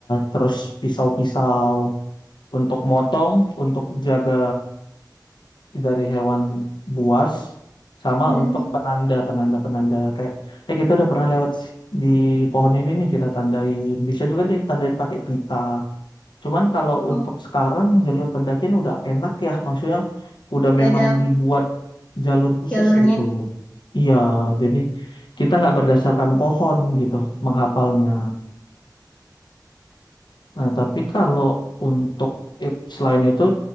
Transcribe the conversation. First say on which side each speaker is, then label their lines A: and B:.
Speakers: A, on the left (about 85°); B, on the left (about 20°).
A: terus pisau-pisau untuk motong, untuk jaga dari hewan buas, sama
B: Mhm.
A: untuk penanda, penanda-penanda kayak, eh kita udah pernah lewat di pohon ini nih kita tandain. Bisa juga ditandain pakai pita. Cuman kalau
B: Oh,
A: untuk sekarang jalur pendakian udah enak ya, maksudnya udah
B: nggak
A: memang
B: ada
A: dibuat jalur khusus
B: jalurnya.
A: gitu. Iya, jadi kita nggak berdasarkan pohon gitu menghafalnya. Nah, tapi kalau untuk it- selain itu